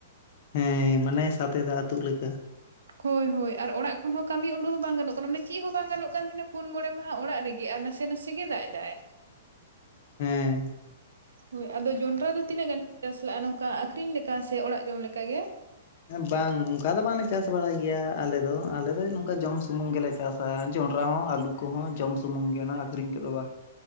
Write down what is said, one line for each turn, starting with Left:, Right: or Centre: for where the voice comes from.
Left: ᱦᱮᱸ ᱢᱟᱱᱮ ᱥᱟᱛᱮ ᱫᱟᱜ ᱟᱹᱛᱩᱜ ᱞᱮᱠᱟ ᱾
Right: ᱦᱳᱭ ᱦᱳᱭ ᱟᱨ ᱚᱲᱟᱜ ᱠᱷᱚᱱ ᱦᱚᱸ ᱠᱟᱹᱢᱤ ᱩᱰᱩ ᱦᱚᱸ ᱵᱟᱝ ᱜᱟᱱᱚᱜ ᱠᱟᱱᱟ ᱢᱟᱱᱮ ᱪᱮᱫ ᱦᱚᱸ ᱵᱟᱝ ᱜᱟᱱᱚᱜ ᱠᱟᱱ ᱛᱟᱦᱮᱸᱱᱟ ᱯᱩᱱ ᱢᱚᱬᱮ ᱢᱟᱦᱟᱸ ᱚᱲᱟᱜ ᱨᱮᱜᱮ ᱟᱨ ᱱᱟᱥᱮ ᱱᱟᱥᱮ ᱱᱟᱥᱮ ᱜᱮᱭ ᱫᱟᱜ ᱮᱫᱟᱭ᱾
Left: ᱦᱮᱸ
Right: ᱦᱳᱭ ᱟᱫᱚ ᱡᱚᱱᱰᱨᱟ ᱫᱚ ᱛᱤᱱᱟᱹᱜ ᱜᱟᱱ ᱪᱟᱥ ᱞᱮᱜᱼᱟ ᱱᱚᱝᱠᱟ ᱟᱹᱠᱷᱨᱤᱧ ᱞᱮ ᱠᱟ ᱥᱮ ᱚᱲᱟᱜ ᱡᱚᱢ ᱞᱮᱠᱟᱜᱮ?
Left: ᱵᱟᱝ ᱚᱱᱠᱟ ᱫᱚ ᱵᱟᱝᱞᱮ ᱪᱟᱥ ᱵᱟᱲᱟᱭ ᱜᱮᱭᱟ ᱟᱞᱮᱫᱚ, ᱟᱞᱮᱫᱚ ᱱᱚᱝᱠᱟ ᱡᱚᱢ ᱥᱩᱢᱩᱝ ᱜᱮᱞᱮ ᱪᱟᱥᱟ ᱡᱚᱱᱰᱨᱟ ᱦᱚᱸ ᱟᱞᱩ ᱠᱚᱦᱚᱸ ᱡᱚᱢ ᱥᱩᱢᱩᱝ ᱜᱮ ᱚᱱᱟ ᱟᱹᱠᱷᱨᱤᱧ ᱠᱚ ᱫᱚ ᱵᱟᱝ᱾ <inaudible>